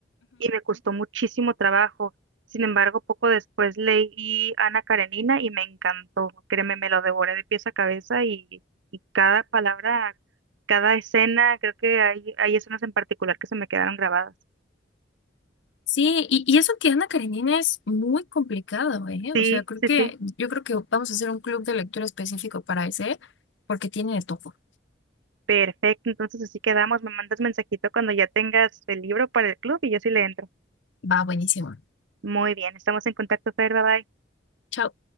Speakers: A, on the right; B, on the left.
A: y me costó muchísimo trabajo. Sin embargo, poco después leí Ana Karenina y me encantó. Créeme, me lo devoré de pies a cabeza y, y cada palabra, cada escena, creo que hay, hay escenas en particular que se me quedaron grabadas.
B: Sí, y, y eso que Ana Karenina es muy complicado, ¿eh?
A: Sí,
B: O sea, creo
A: sí,
B: que,
A: sí.
B: yo creo que vamos a hacer un club de lectura específico para ese, porque tiene de todo.
A: Perfecto, entonces así quedamos. Me mandas mensajito cuando ya tengas el libro para el club y yo sí le entro.
B: Va buenísimo.
A: Muy bien, estamos en contacto, Fer, bye bye.
B: Chao.